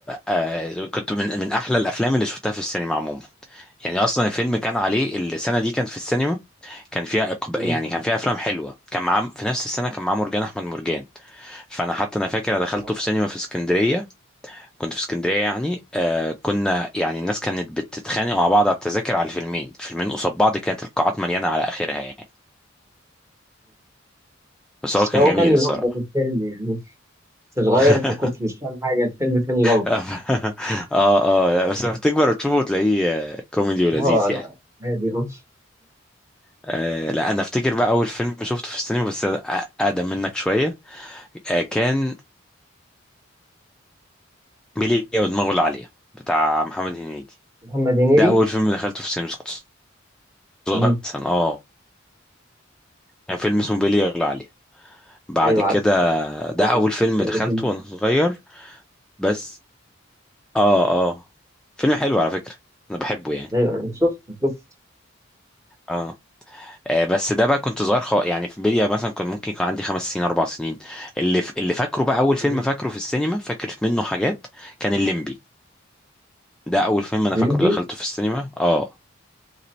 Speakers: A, in the centre; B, on the right.
A: آه، كنت من من احلى الافلام اللي شفتها في السينما عموما يعني اصلا الفيلم كان عليه السنة دي كان في السينما كان فيها إقب...
B: السينما
A: يعني كان فيها افلام حلوه كان معاه في نفس السنه كان معاه مرجان احمد مرجان فانا حتى انا فاكر انا
B: <laughs>
A: دخلته في
B: آه.
A: سينما في اسكندريه كنت في اسكندريه يعني آه كنا يعني الناس كانت بتتخانق مع بعض على التذاكر على الفيلمين الفيلمين قصاد بعض كانت القاعات مليانه على اخرها يعني بس
B: بس
A: هو كان
B: هو
A: جميل
B: كان يلخبط
A: الصراحه
B: الفيلم يعني كنت صغير
A: <laughs>
B: فكنت مش فاهم حاجة الفيلم كان يلخبط
A: <laughs> اه اه لا، بس لما تكبر وتشوفه تلاقيه آه، كوميدي ولذيذ
B: اه لا
A: يعني
B: عادي اه
A: آه لا انا افتكر بقى اول فيلم شفته في السينما بس أ- اقدم منك شويه آه كان ميليا ودماغه العاليه بتاع محمد هنيدي
B: محمد هنيدي
A: ده اول فيلم دخلته في السينما بس كنت صغير
B: مم.
A: مثلا اه كان فيلم اسمه ميليا العاليه بعد
B: ايوه
A: كده
B: عارف عارف
A: ده
B: هو
A: اول فيلم
B: كان
A: دخلته
B: الاتنين-
A: وانا صغير بس اه اه فيلم حلو على فكره انا بحبه يعني
B: ايوه انا شفت شفت
A: اه آه، بس ده بقى كنت صغير خ... يعني في بلية مثلا كان ممكن يكون عندي خمس سنين اربع سنين اللي ف... اللي فاكره بقى اول فيلم
B: مم.
A: فاكره في السينما فاكر منه حاجات كان الليمبي ده اول فيلم انا
B: الليمبي
A: فاكره دخلته في السينما اه